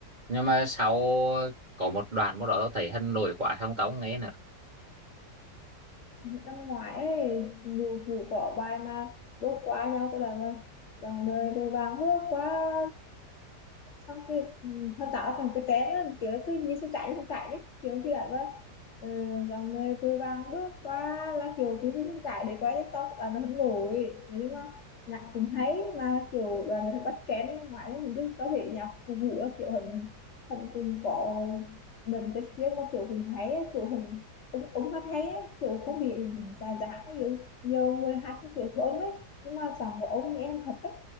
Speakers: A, on the right (about 40°); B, on the left (about 55°).
A: Nhưng mà sau có một đoạn một đó tao thấy hân nổi quá không tao không nghe nữa.
B: năm ngoái ấy, nhiều vụ có bài mà bước qua nhau có lần mà dòng đời vội vàng bước qua xong kia ừ, hơn tạo thành cái chén đó, kiểu cứ như sắp chạy như sắp chạy đấy kiểu kia là vâng ừ, dòng đời vội vàng bước qua là kiểu cứ như sắp chạy để quay TikTok là nó hứng nổi nói chung là nhạc cũng hay mà kiểu là nó bắt trend năm ngoái đấy mình chung có thể nhạc phục vụ là kiểu hình hình cùng có đầm chất riêng mà kiểu cùng hay á, kiểu hình cũng cũng hát hay ấy, kiểu cũng bị già già ấy, nhiều người hát cái kiểu của ông ấy nhưng mà giọng của ông nghe thật đấy